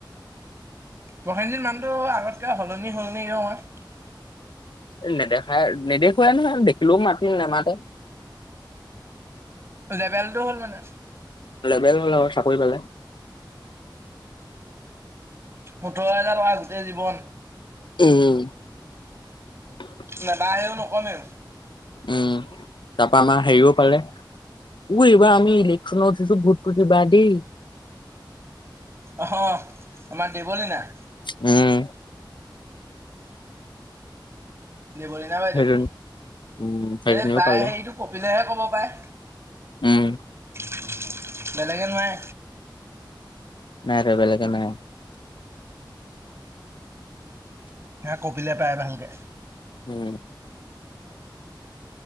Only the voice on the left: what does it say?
এ নেদেখাই আৰু, নেদেখুৱেই নহয় দেখিলেও মাতি নেমাতে।
বেল হ'ল আউ চাকই পালে।
উম- উম। <inaudible>
উম, তাৰপা আমাৰ হেৰিও পালে, অ' এইবাৰ আমি ইলেকচনত উঠিছো ভোটতটো দিবা দেই।
উম।
সেইজনী উম সেইজনীও
পালে
উম
নাই আৰু বেলেগে নোৱাৰে।
উম।